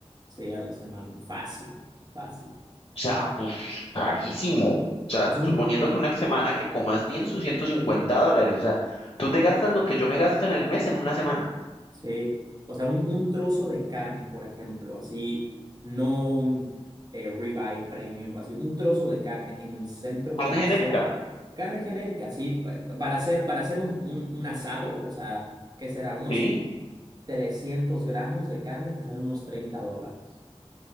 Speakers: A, on the right; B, on the left.
A: sí, a la semana, fácil, fácil.
B: O sea, uf, carísimo. O sea,
A: O sea,
B: suponiendo
A: un
B: que una semana que comas bien sus 150 dólares. O sea, tú te gastas lo que yo me gasto en el mes en una semana.
A: Sí, o sea, un, un trozo de carne, por ejemplo, así, no un eh, ribeye premium o así, un trozo de carne en el centro
B: Carne
A: comercial,
B: genérica.
A: carne genérica, así, pa- para hacer, para hacer un, un- un asado, o sea, ¿qué será? Unos
B: ¿Sí?
A: 300 gramos de carne te salen unos 30 dólares.